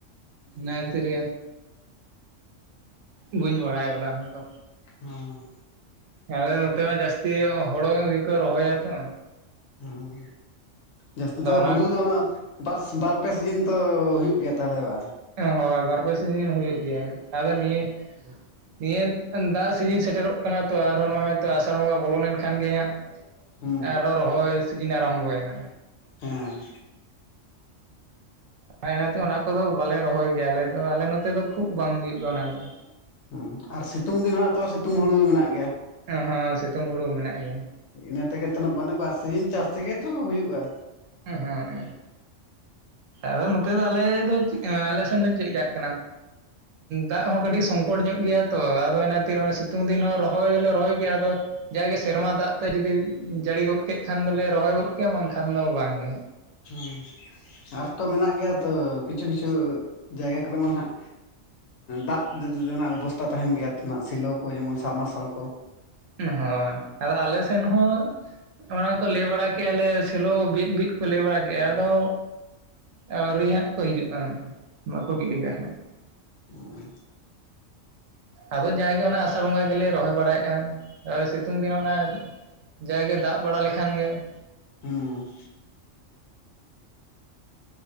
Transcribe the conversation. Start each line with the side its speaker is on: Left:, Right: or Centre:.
Right: ᱱᱮ ᱠᱷᱟᱹᱛᱤᱨ ᱜᱮ᱾ ᱵᱟᱹᱧ ᱵᱟᱲᱟᱭ ᱠᱟᱫᱟ ᱚᱱᱟ ᱠᱚ᱾
Left: ᱦᱚᱸ
Right: ᱟᱞᱮ ᱱᱚᱛᱮ ᱢᱟ ᱡᱟᱹᱥᱛᱤ ᱦᱚᱲᱚ ᱜᱮᱠᱚ ᱨᱚᱦᱚᱭᱟ ᱛᱚ᱾
Left: ᱦᱚᱸ ᱡᱟᱹᱥᱛᱤ ᱫᱚ
Right: ᱚᱱᱟ
Left: ᱦᱩᱲᱩ ᱫᱚ ᱦᱟᱜ ᱵᱟᱨ, ᱵᱟᱨ ᱯᱮ ᱥᱤᱡᱤᱱ ᱛᱚ ᱦᱩᱭᱩᱜ ᱜᱮᱭᱟ ᱛᱟᱦᱞᱮ ᱵᱟᱝ?
Right: ᱦᱳᱭ ᱵᱟᱨ ᱯᱮ ᱥᱤᱧ ᱫᱤᱱ ᱦᱩᱭᱩᱜ ᱜᱮᱭᱟ ᱟᱫᱚ ᱱᱤᱭᱟᱹ ᱱᱤᱭᱟᱹ ᱫᱟᱜ ᱥᱤᱡᱤᱱ ᱥᱮᱴᱮᱨᱚᱜ ᱠᱟᱱᱟ ᱛᱚ, ᱟᱨᱦᱚᱸ ᱱᱚᱜᱼᱚᱭ ᱛᱚ ᱟᱥᱟᱲ ᱵᱚᱸᱜᱟ ᱵᱚᱞᱚ ᱞᱮᱱᱠᱷᱟᱱ ᱜᱮ ᱦᱟᱸᱜ᱾
Left: ᱦᱩᱸ
Right: ᱟᱨᱦᱚᱸ ᱨᱚᱦᱚᱭ ᱥᱤᱡᱤᱱ ᱟᱨᱟᱢᱵᱷᱚᱭ ᱮᱱᱟ᱾
Left: ᱦᱮᱸ
Right: ᱚᱱᱟᱛᱮ ᱚᱱᱟ ᱠᱚᱫᱚ ᱵᱟᱞᱮ ᱨᱚᱦᱚᱭ ᱜᱮᱭᱟ᱾ ᱟᱞᱮ ᱫᱚ ᱟᱞᱮ ᱱᱚᱛᱮ ᱫᱚ ᱠᱷᱩᱵ ᱵᱟᱝ ᱦᱩᱭᱩᱜ ᱜᱮ ᱚᱱᱟ ᱫᱚᱺ
Left: ᱦᱩᱸ ᱟᱨ ᱥᱤᱛᱩᱝ ᱫᱤᱱ ᱦᱚᱸ ᱛᱚ, ᱥᱤᱛᱩᱝ ᱦᱩᱲᱩ ᱢᱮᱱᱟᱜ ᱜᱮᱭᱟ?
Right: ᱦᱚᱸ ᱥᱤᱛᱩᱝ ᱦᱩᱲᱩ ᱢᱮᱱᱟᱜ ᱜᱮᱭᱟ᱾
Left: ᱤᱱᱟᱹ ᱛᱮᱜᱮ ᱛᱚ ᱢᱟᱱᱮ ᱵᱟᱨ ᱥᱤᱡᱮᱱ ᱪᱟᱥ ᱛᱮᱜᱮ ᱛᱚ ᱦᱩᱭᱩᱜᱼᱟ᱾
Right: ᱦᱮᱸ ᱦᱮᱸ ᱟᱫᱚ ᱱᱚᱛᱮ ᱫᱚ ᱟᱞᱮ ᱫᱚ ᱟᱞᱮ ᱥᱮᱱ ᱫᱚ ᱪᱮᱠᱟᱜ ᱠᱟᱱᱟ᱾ ᱫᱟᱜ ᱦᱚᱸ ᱠᱟᱹᱴᱤᱡ ᱥᱚᱝᱠᱚᱴ ᱧᱚᱜ ᱜᱮᱭᱟ ᱛᱚ᱾ ᱟᱫᱚ ᱚᱱᱟᱛᱮ ᱥᱤᱛᱩᱝ ᱫᱤᱱ ᱦᱚᱸ ᱨᱚᱦᱚᱭ ᱫᱚᱞᱮ ᱨᱚᱦᱚᱭ ᱜᱮᱭᱟ ᱟᱫᱚ᱾ ᱡᱟᱭᱜᱮ ᱥᱮᱨᱢᱟ ᱫᱟᱜ ᱛᱮ ᱡᱩᱫᱤ ᱡᱟᱹᱲᱤ ᱜᱚᱫ ᱠᱮᱫ ᱠᱷᱟᱱ ᱫᱚᱞᱮ ᱨᱚᱦᱚᱭ ᱜᱚᱫᱽ ᱠᱮᱭᱟ ᱵᱟᱝᱠᱷᱟᱱ ᱫᱚ ᱵᱟᱝ ᱜᱮ᱾
Left: ᱦᱮᱸ, ᱟᱨ ᱛᱚ ᱢᱮᱱᱟᱜ ᱜᱮᱭᱟ ᱛᱚ ᱠᱤᱪᱷᱩ ᱠᱤᱪᱷᱩ ᱡᱟᱭᱜᱟ ᱠᱚᱨᱮ ᱢᱟ ᱱᱟᱜ? ᱫᱟᱜ ᱨᱮᱱᱟᱜ ᱵᱮᱵᱚᱥᱛᱟ ᱛᱟᱦᱮᱱ ᱜᱮᱭᱟ ᱱᱟᱜ ᱥᱮᱞᱚ ᱠᱚ, ᱡᱮᱢᱚᱱ ᱥᱟᱢᱟᱨᱥᱟᱞ ᱠᱚ᱾
Right: ᱦᱳᱭ ᱟᱫᱚ ᱟᱞᱮ ᱥᱮᱱ ᱦᱚᱸ᱾ ᱚᱱᱟ ᱠᱚ ᱞᱟᱹᱭ ᱵᱟᱲᱟ ᱠᱮᱫᱼᱟ, ᱟᱞᱮ ᱥᱮᱫ ᱦᱚᱸ ᱥᱮᱞᱳ ᱵᱤᱫᱼᱵᱤᱫ ᱠᱚ ᱞᱟᱹᱭ ᱵᱟᱲᱟ ᱠᱮᱫᱼᱟ ᱟᱫᱚ᱾ ᱟᱹᱣᱨᱤ ᱦᱟᱸᱜ ᱠᱚ ᱦᱤᱡᱩᱜᱼᱟ᱾ ᱵᱟᱠᱚ ᱵᱤᱫ ᱟᱠᱟᱜᱼᱟ᱾
Left: ᱦᱩᱸ
Right: ᱟᱫᱚ ᱡᱟᱜᱮ ᱚᱱᱟ ᱟᱥᱟᱲ ᱵᱚᱸᱜᱟ ᱜᱮᱞᱮ ᱨᱚᱦᱚᱭ ᱵᱟᱲᱟᱭᱮᱫᱼᱟ, ᱛᱟᱨᱯᱚᱨᱮ ᱥᱤᱛᱩᱝ ᱫᱤᱱ ᱚᱱᱟ ᱡᱟᱜ ᱜᱮ ᱫᱟᱜ ᱵᱟᱲᱟ ᱞᱮᱠᱷᱟᱱ ᱜᱮ᱾
Left: ᱦᱩᱸ